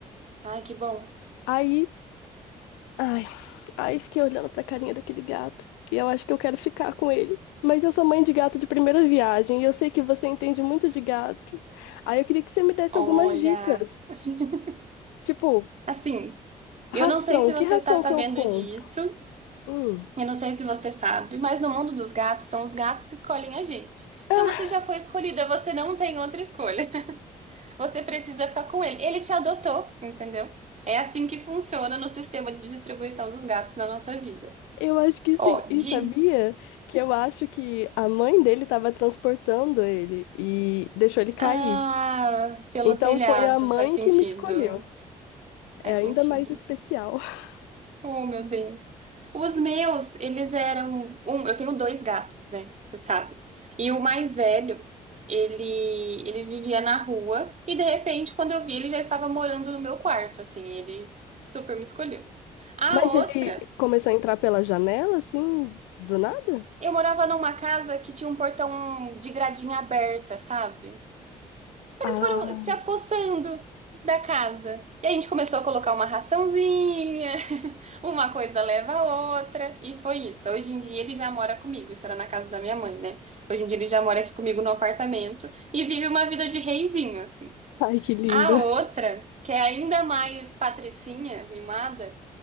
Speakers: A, on the right (about 40°); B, on the left (about 75°).
A: ai, que bom.
B: Aí, ai, aí fiquei olhando pra carinha daquele gato. E eu acho que eu quero ficar com ele. Mas eu sou mãe de gato de primeira viagem e eu sei que você entende muito de gato. Aí eu queria que você me desse
A: Olha.
B: algumas dicas.
A: <laughs>
B: Tipo,
A: Assim,
B: ração,
A: eu não sei se você
B: que ração
A: está sabendo
B: que eu compro?
A: disso,
B: Hum.
A: eu não sei se você sabe, mas no mundo dos gatos são os gatos que escolhem a gente.
B: Ah,
A: Então você já foi escolhida, você não tem outra escolha. Você precisa ficar com ele. Ele te adotou, entendeu? É assim que funciona no sistema de distribuição dos gatos na nossa vida.
B: eu acho que sim.
A: Ó,
B: E
A: de.
B: sabia que eu acho que a mãe dele estava transportando ele e deixou ele cair.
A: Ah, pelo
B: Então
A: telhado,
B: foi a mãe
A: faz sentido.
B: que me escolheu.
A: Faz
B: É ainda
A: sentido.
B: mais especial. <laughs>
A: Oh, meu Deus. Os meus, eles eram. Um, eu tenho dois gatos, né? Você sabe? E o mais velho, ele, ele vivia na rua. E de repente, quando eu vi, ele já estava morando no meu quarto, assim. Ele super me escolheu. A
B: Mas
A: outra.
B: ele começou a entrar pela janela, assim, do nada?
A: Eu morava numa casa que tinha um portão de gradinha aberta, sabe?
B: Ah,
A: Eles foram se apossando da casa. E a gente começou a colocar uma raçãozinha, <laughs> uma coisa leva a outra, e foi isso. Hoje em dia ele já mora comigo, isso era na casa da minha mãe, né? Hoje em dia ele já mora aqui comigo no apartamento e vive uma vida de reizinho, assim.
B: ai, que lindo.
A: A outra, que é ainda mais patricinha, mimada,